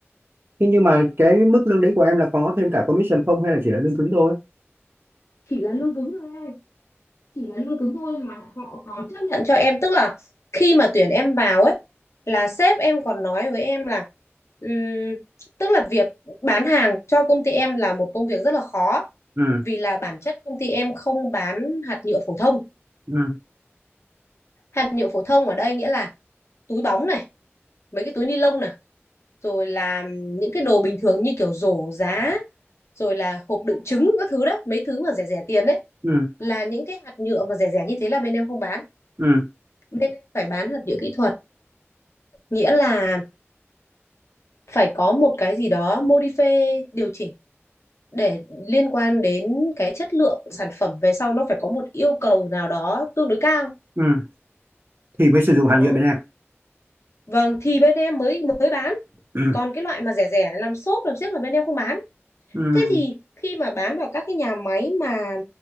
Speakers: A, on the right (about 50°); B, on the left (about 70°).
A: thế nhưng mà cái mức lương đấy của em là có thêm cả commission không hay là chỉ là lương cứng thôi
B: chỉ là lương cứng thôi em chỉ là lương cứng thôi mà họ còn chấp nhận cho em tức là khi mà tuyển em vào ấy là sếp em còn nói với em là ừm, tức là việc bán hàng cho công ty em là một công việc rất là khó
A: ừ
B: vì là bản chất công ty em không bán hạt nhựa phổ thông
A: ừ
B: hạt nhựa phổ thông ở đây nghĩa là túi bóng này mấy cái túi ni lông này rồi là những cái đồ bình thường như kiểu rổ giá rồi là hộp đựng trứng các thứ đó mấy thứ mà rẻ rẻ tiền đấy
A: ừ
B: là những cái hạt nhựa mà rẻ rẻ như thế là bên em không bán
A: ừ
B: bên em phải bán hạt nhựa kỹ thuật nghĩa là phải có một cái gì đó modify điều chỉnh để liên quan đến cái chất lượng sản phẩm về sau nó phải có một yêu cầu nào đó tương đối cao
A: ừ thì mới sử dụng hàng
B: đó
A: nhựa bên em
B: vâng thì bên em mới mới bán
A: ừ
B: còn cái loại mà rẻ rẻ làm xốp làm xiếc là bên em không bán
A: ừ
B: thế thì khi mà bán vào các cái nhà máy mà